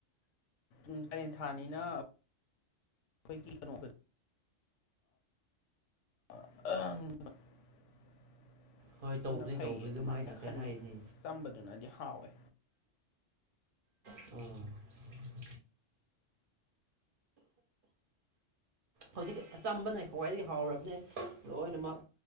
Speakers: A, on the left (about 80°); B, on the right (about 55°).
A: ꯎ ꯀꯔꯦꯟ ꯊꯥꯅꯤꯅ ꯈꯣꯏ ꯀ ꯀꯩꯅꯣ ꯑ
B: ꯍꯣꯏ
A: ꯑꯗꯨꯅ
B: ꯇꯧꯕꯅꯤ
A: ꯐꯩꯌꯦ
B: ꯇꯧꯕꯅꯤ
A: ꯑꯗꯨꯃꯥꯏꯅ
B: ꯑꯗꯨꯝ ꯍꯥꯏꯅ
A: ꯈꯜꯂꯦ
B: ꯀꯩ ꯍꯥꯏꯅꯤ
A: ꯆꯝꯕꯗꯨꯅꯗꯤ ꯍꯥꯎꯋꯦ
B: ꯎꯝ ꯍꯧꯖꯤꯛ ꯑꯆꯝꯕꯅꯦ ꯈ꯭ꯋꯥꯏꯗꯒꯤ ꯍꯥꯎꯔꯕꯅꯦ ꯂꯣꯏꯅꯃꯛ